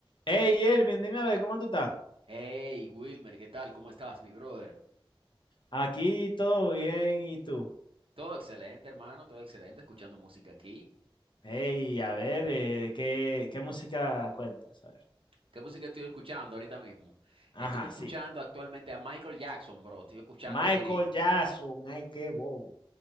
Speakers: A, on the left; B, on the right.
A: Hey, Elvin, dime a ver, ¿cómo tú estás?
B: Hey Wilmer, ¿qué tal? ¿Cómo estás, mi brother?
A: Aquí todo bien, ¿y tú?
B: Todo excelente, hermano, todo excelente, escuchando música aquí.
A: Hey, a ver, eh, ¿qué, qué música cuentas? A ver.
B: ¿Qué música estoy escuchando ahorita mismo?
A: Ajá,
B: Estoy escuchando
A: sí.
B: actualmente a Michael Jackson, bro. Estoy escuchando
A: Michael
B: Beat It.
A: Jackson, ay, qué bobo.